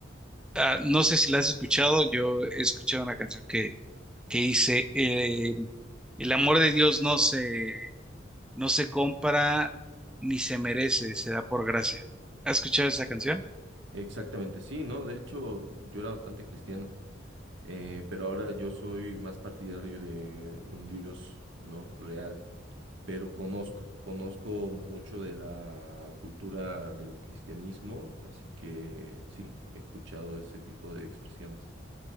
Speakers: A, in the centre; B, on the right.
A: Ah, no sé si las has escuchado, yo he escuchado una canción que, que dice, eh, el amor de Dios no se, no se compra ni se merece, se da por gracia. ¿Has escuchado esa canción?
B: Exactamente, sí, ¿no? De hecho, yo era bastante cristiano, eh, pero ahora yo soy más partidario de un Dios, ¿no? Real, pero conozco, conozco mucho de la cultura del cristianismo, así que sí, he escuchado ese tipo de expresiones.